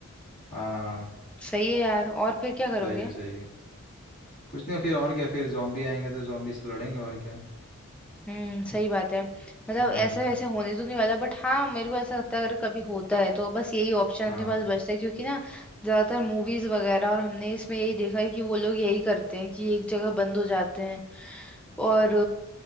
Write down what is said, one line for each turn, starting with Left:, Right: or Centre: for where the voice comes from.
Left: हाँ
Centre: सही है यार और फिर क्या करोगे
Left: सही है सही है कुछ नहीं फिर और क्या फिर जॉम्बी आएंगे तो जॉम्बी से लड़ेंगे और क्या
Centre: हम्म सही बात है मतलब
Left: हम्म
Centre: ऐसा वैसे होने तो नहीं वाला बट हाँ मेरे को ऐसा लगता है अगर कभी होता है तो बस यही ऑप्शन
Left: हाँ
Centre: अपने पास बचता है क्योंकि ना ज्यादातर मूवीज वगैरह और हमने इसमें यही देखा है कि वो लोग यही करते हैं कि एक जगह बंद हो जाते हैं और